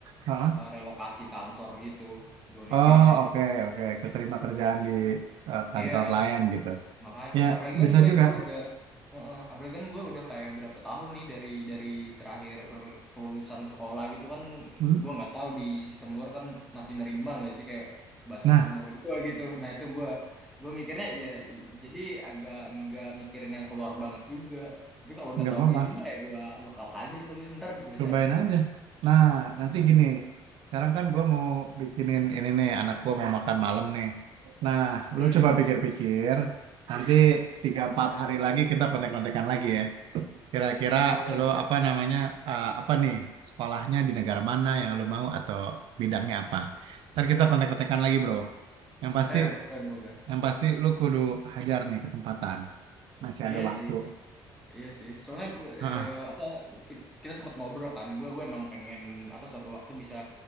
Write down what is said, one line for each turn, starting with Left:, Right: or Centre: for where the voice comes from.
Right: Hah?
Centre: eh, relokasi kantor gitu. Gue
Right: Oh
Centre: mikirnya.
Right: oke oke keterima kerjaan di eh, kantor
Centre: Iya,
Right: lain gitu
Centre: Makanya,
Right: ya
Centre: apalagi
Right: bisa
Centre: kan gue
Right: juga
Centre: gue udah Heeh, apalagi kan gue udah kayak berapa tahun nih dari dari terakhir kelulusan sekolah gitu kan
Right: Hmm.
Centre: gue nggak tahu di sistem luar kan masih nerima nggak sih kayak batas
Right: nah
Centre: umur gue gitu. Nah itu gue gue mikirnya ya i- jadi agak nggak mikirin yang keluar banget juga. Tapi kalau udah
Right: nggak
Centre: tahu
Right: apa-apa
Centre: gini mah ya gue bakal hajar kalau gitu. Ntar gue
Right: Cobain
Centre: cari sih.
Right: aja. Nah, nanti
Centre: Iya.
Right: gini. Sekarang kan gue mau bikinin ini nih, anak gue mau makan malam nih. Nah,
Centre: Hmm,
Right: lo coba pikir-pikir. Nanti tiga empat hari lagi kita kontek-kontekan lagi ya. Kira-kira
Centre: hmm, boleh
Right: lo
Centre: tuh.
Right: apa namanya, eh, apa nih, sekolahnya di negara mana yang lo mau atau bidangnya apa. Ntar kita kontek-kontekan lagi bro. Yang pasti,
Centre: Eh boleh boleh.
Right: yang pasti lo kudu hajar nih kesempatan. Masih
Centre: Iya
Right: ada waktu.
Centre: sih. Iya sih, soalnya gue,
Right: Heeh,
Centre: ya, apa kit- kita, sempat ngobrol kan, gue gue emang pengen apa suatu waktu bisa